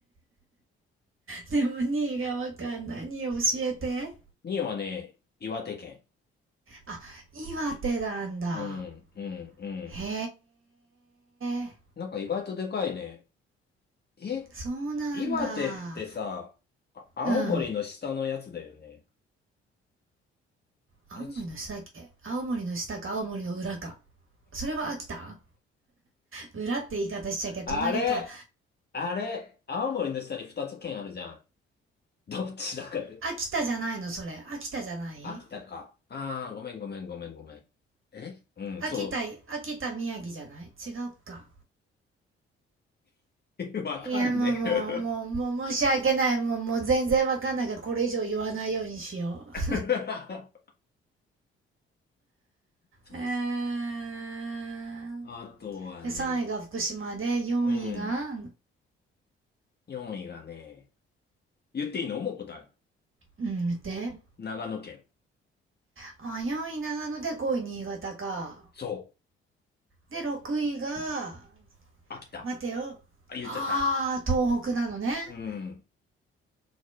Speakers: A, on the right (about 40°); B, on the left (about 30°).
A: でも2位がわかんない。2位教えて。
B: にいはね、岩手県。
A: あ、岩手なんだ。
B: うん、うん、うん。
A: へえ。
B: なんか意外とでかいね。え、
A: そうなんだ。
B: 岩手ってさ、あ青森の下のやつだよね。
A: うん。
B: あれ、
A: 青森の下だっけ青森の下か青森の裏か。
B: ち、
A: それは秋田裏って言い方しちゃいけ隣か
B: あれ、あれ、青森の下に2つ県あるじゃん。どっちだかで。
A: 秋田じゃないのそれ秋田じゃない
B: 秋田か。ああ、ごめんごめんごめんごめん。えうん、
A: 秋田秋田宮城じゃない違うか
B: そう。<laughs> わかんねえ。
A: いやもうもうもうもう申し訳ないもうもう全然わかんないからこれ以上言わないようにしよう
B: <laughs> そうっす。
A: えー、
B: あとはね、
A: で3位が福島で4位が
B: うん、4位がね、言っていいのもう答え。
A: うん見て
B: 長野県。
A: あ4位長野で5位新潟か
B: そう。
A: で6位が
B: 秋田。
A: 待てよあー東北なのね
B: あ、言っちゃった。うん。